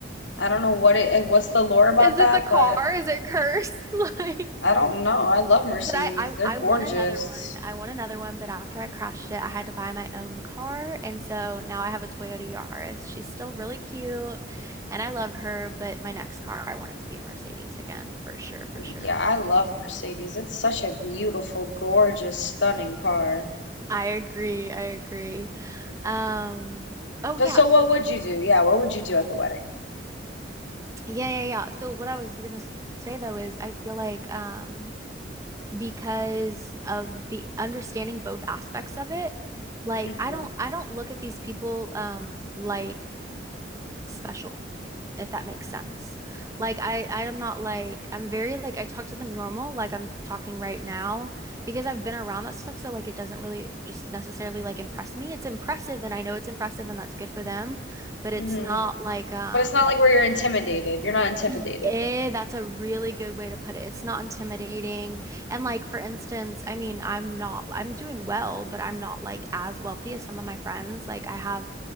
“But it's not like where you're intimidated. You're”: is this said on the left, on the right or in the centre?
Left